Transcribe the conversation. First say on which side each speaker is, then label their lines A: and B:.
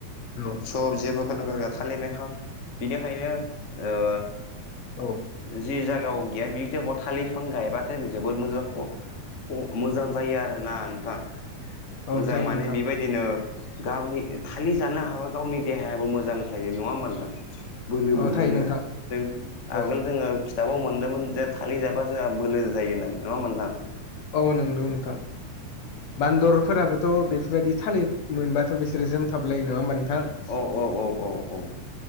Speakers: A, on the left; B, on the left.
A: औ
B: सब जेबोखौनो गारा थालिर बिफां बिनिखायनो ओ
A: औ
B: जि जायगायाव गैया बे जायगायाव थालिरफां गायबाथाय जोबोद मोजां आख अ मोजां जायो आरोना नोंथां
A: औ
B: मोजां
A: जायो
B: माने
A: नोंथां
B: बेबायदिनो गावनि थालिर जानो हाबा गावनि देहाबो मोजां थायो नङा होमबा नोंथां बोलो
A: औ
B: मोनोनो
A: थायो नोंथां
B: जों
A: औ
B: आगोल जोङो खिथाबाव मोनदोंमोन थाललि जाबा जोंहा जायो होननानै नङा होनबा नोंथां
A: औ नंगौ नोंथां बान्दरफोराबोथ' बे बेफोरबायदि थालिर मोनबाथ' बिसोरो जोमथाबलायो नङा होमबा नोंथां
B: औ औ औ औ औ